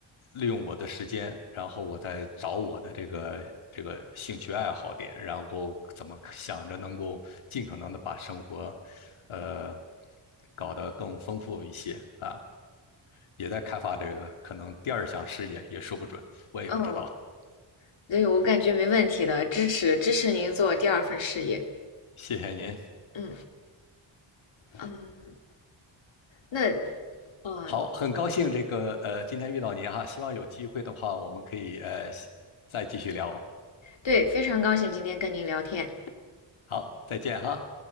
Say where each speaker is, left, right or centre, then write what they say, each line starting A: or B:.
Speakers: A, on the left; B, on the left.
A: 利用我的时间，然后我在找我的这个这个兴趣爱好点，然后怎么想着能够尽可能的把生活，呃，搞得更丰富一些啊，也在开发这个可能第二项事业，也说不准，我也不知道。
B: 哦，对，我感觉没问题的，支持支持您做第二份事业。
A: 谢谢您。
B: 嗯嗯，那哦
A: 好，很高兴这个呃，今天遇到您哈，希望有机会的话，我们可以呃再继续聊。
B: 对，非常高兴今天跟您聊天。
A: 好，再见哈。